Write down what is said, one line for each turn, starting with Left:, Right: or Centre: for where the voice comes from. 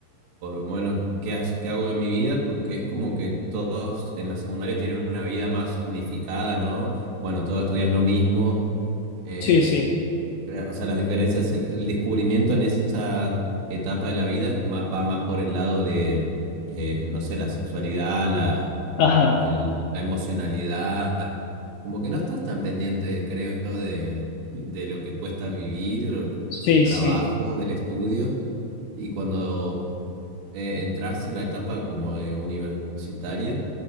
Right: bueno, qué, has- qué hago de mi vida, porque es como que todos en la secundaria tienen una vida más unificada, ¿no? Bueno, todos estudian lo mismo, eh,
Left: sí, sí,
Right: eh, o sea, las diferencias, eh, el descubrimiento en esa etapa de la vida es ma- va más por el lado de, eh, no sé, la sexualidad, la,
Left: ajá,
Right: el- la emocionalidad, como que no estás tan pendiente, creo, de, de lo que cuesta vivir, lo-
Left: sí,
Right: del trabajo,
Left: sí,
Right: del estudio. Y cuando eh, entras en la etapa como de universitaria,